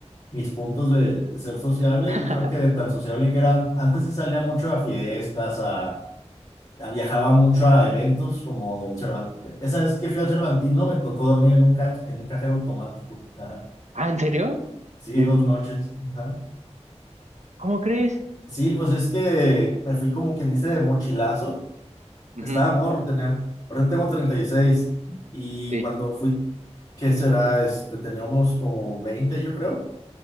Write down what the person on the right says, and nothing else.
<laughs>
Ah, ¿en serio?
¿En-
¿Cómo crees?
Ujú,
Sí,